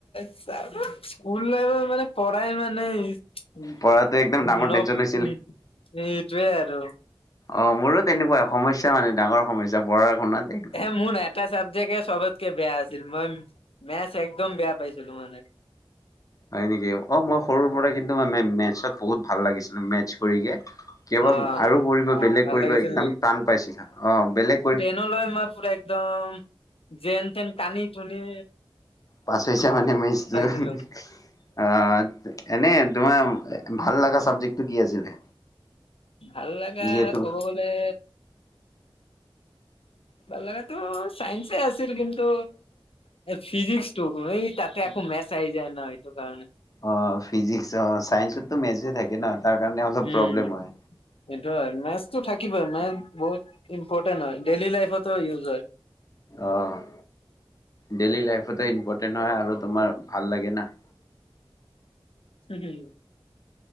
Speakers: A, on the left (about 80°); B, on the left (about 40°).
A: শ্চালা, স্কুল লাইফত মানে পঢ়াই মানে উম,
B: পঢ়াটো একদম ডাঙৰ
A: নপ,
B: টেনচন হৈছিল।
A: উম, এইটোৱেই আৰু
B: অ', মোৰো তেনেকুৱাই, সমস্যা মানে ডাঙৰ সমস্যা পঢ়া-শুনাত।
A: এ মোৰ এটা চাবজেক্টে চবতকে বেয়া আছিল, মই মেথছ একদম বেয়া পাইছিলোঁ মানে।
B: হয় নেকি, অ' মই সৰুৰ পৰা কিন্তু মে-মেথছত বহুত ভাল লাগিছিল মেথছ কৰিকে কি
A: অ
B: হ'ব, আৰু কৰিব, বেলেগ
A: ভাল
B: কৰিব
A: লাগিছিল
B: একদম টান পাইছে সিহঁতি, অ', বেলেগ কৰি
A: নলৈ মই পুৰা একদম, যেন তেন টানি টুনি
B: পাছ হৈছা মানে <unintelligible>
A: পাইছিলো
B: অ', এনেই তোমাৰ ভাল লগা চাবজেক্টটো কি আছিলে?
A: ভাল লগা
B: যিহেতু
A: ক'ব গ'লে ভাল লগাটো সাইন্সে আছিল, কিন্তু ফিজিক্সটো, এই তাতে আকৌ মেথছ আহি যায় ন, সেইটোকাৰণে
B: অ', ফিজিক্স অ', চাইন্সততো মেথছে থাকে ন, তাৰ কাৰণে অলপ
A: উম।
B: প্ৰব্লেম হয়।
A: সেইটো হয়, মেথছতো থাকিবই, মেথছ বহুত ইম্পৰ্টেণ্ট হয়, ডেইলি লাইফতো ইউজ হয়।
B: অ', ডেইলি লাইফতো ইম্পৰ্টেণ্ট হয় আৰু তোমাৰ ভাল লাগে না।
A: হু-হুম